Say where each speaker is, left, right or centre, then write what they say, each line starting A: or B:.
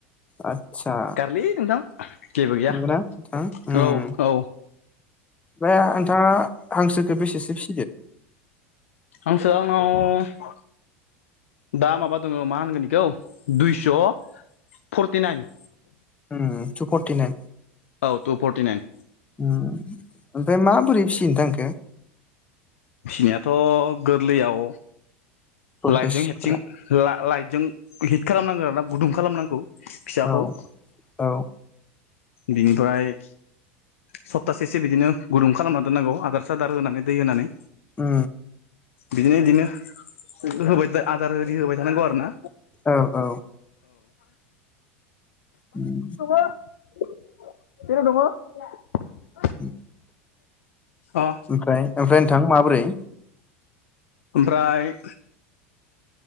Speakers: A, on the left; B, on the left.
A: आतसा
B: लै नोंथां जेबो गैया
A: नंगौ ना नोंथां
B: औ
A: उम
B: औ
A: बे नोंथाङा हांसोखौ बेसेसो फिसिदो।
B: हांसोया आंनाव दा माबा दङ मा होनगोन बेखौ दुइस' फर्टिनाइन।
A: ओम टु फर्टि नाइन
B: औ टु फरटि नाइन
A: ओमफ्राय माबोरै फिसियो नोंथां इखो।
B: फिनायाथ' गोरलैयाव
A: प्रसेसफोरा
B: लाइटजों हेबसिं ला लाइटजों हिट खालामनांगौ आरोना गुदुं खालामनांगौ। फिसाखौ
A: औ औ।
B: बिनिफ्राय सप्तासेसो बिदिनो गुदुं खालामना दोननांगौ आदार सादार होनानै दै होनानै।
A: ओ।
B: बिदिनो बिदिनो होबाय आदार आररि होबाय थानांगौ आरो ना।
A: औ औ उम
B: औ <unintelligible> <unintelligible>
A: <inaudible>
B: ओ।
A: ओमफ्राय ओमफ्राय नोंथां माबोरै?
B: ओमफ्राय